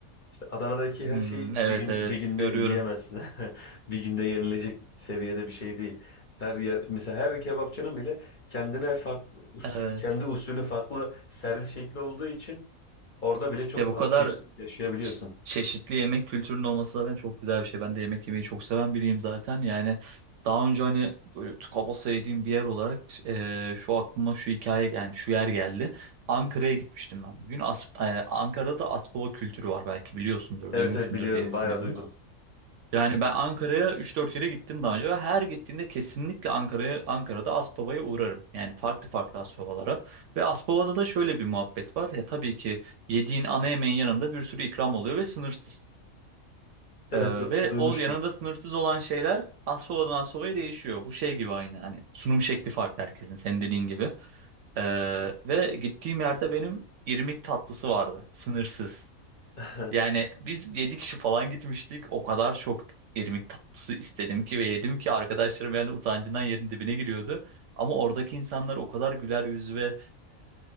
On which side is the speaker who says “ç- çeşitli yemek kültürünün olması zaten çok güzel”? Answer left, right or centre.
Right